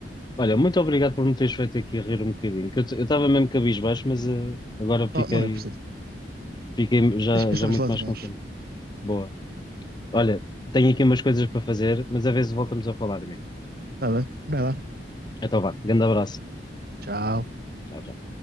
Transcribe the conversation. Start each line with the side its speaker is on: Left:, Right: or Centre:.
Left: olha, muito obrigado por me teres feito aqui rir um bocadinho. que Eu t- eu estava mesmo cabisbaixo, mas eh, agora fiquei,
Right: Não, não é preciso.
Left: fiquei já,
Right: Deixa pensar
Left: já muito
Right: nos lados
Left: mais contente.
Right: bons.
Left: Boa. Olha, tenho aqui umas coisas para fazer, mas a vezes voltamos a falar, amigo.
Right: Tá bem? Vai lá.
Left: Então vá, grande abraço.
Right: Tchau.
Left: Tchau, tchau.